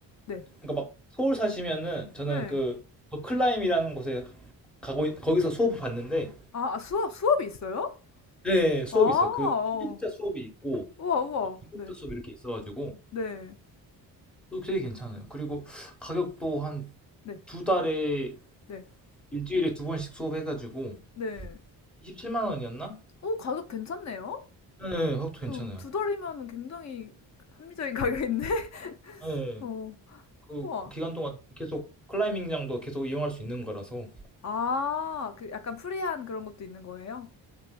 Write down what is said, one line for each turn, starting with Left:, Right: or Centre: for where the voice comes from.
Left: 네.
Centre: 그러니까 막 서울 사시면은 저는
Left: 네.
Centre: 그 더 클라임이라는 곳에 가고 있- 거기서 수업을 봤는데
Left: 아, 아, 수업, 수업이 있어요?
Centre: 네 수업이
Left: 아, 어.
Centre: 있어요. 그 초급자 수업이 있고
Left: 우와, 우와.
Centre: 막 중급자
Left: 네.
Centre: 수업 이렇게 있어가지고
Left: 네.
Centre: 또 되게 괜찮아요. 그리고 가격도 한
Left: 네.
Centre: 두 달에
Left: 네.
Centre: 일주일에 두 번씩 수업해가지고
Left: 네.
Centre: 27만 원이었나?
Left: 오, 가격 괜찮네요?
Centre: 네, 그것도 괜찮아요.
Left: 어, 두 달이면 굉장히 합리적인 가격인데? <laughs>
Centre: 네,
Left: 어,
Centre: 그,
Left: 우와.
Centre: 그 기간 동안 계속 클라이밍장도 계속 이용할 수 있는 거라서
Left: 아, 그 약간 프리한 그런 것도 있는 거예요?